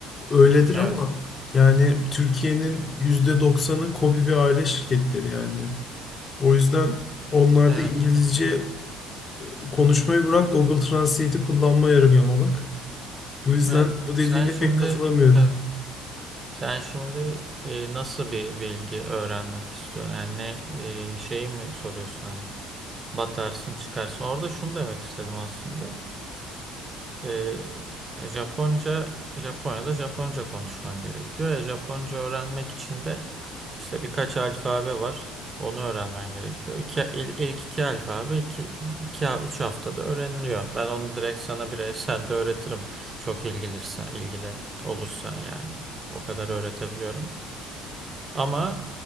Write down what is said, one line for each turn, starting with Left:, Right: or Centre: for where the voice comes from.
Left: öyledir
Right: Evet.
Left: ama yani Türkiye'nin yüzde doksanı KOBİ ve aile şirketleri yani. O yüzden onlarda
Right: Evet.
Left: İngilizce Konuşmayı bırak Google Translate'i kullanma yarım yamalak. Bu yüzden
Right: Evet.
Left: bu dediğine
Right: Sen şimdi
Left: pek katılamıyorum.
Right: evet. Sen şimdi e, nasıl bir bilgi öğrenmek istiyorsun? Yani ne e, şey mi soruyorsun hani batarsın çıkarsın. Orada şunu demek istedim aslında. Ee, e, Japonca Japonya'da Japonca konuşman gerekiyor. E, Japonca öğrenmek için de işte birkaç alfabe var. Onu öğrenmen gerekiyor. İki, il- ilk iki alfabe iki, iki, üç haftada öğreniliyor. Ben onu direkt sana bireysel de öğretirim. Çok ilgilirsen, ilgili olursan yani. O kadar öğretebiliyorum. Ama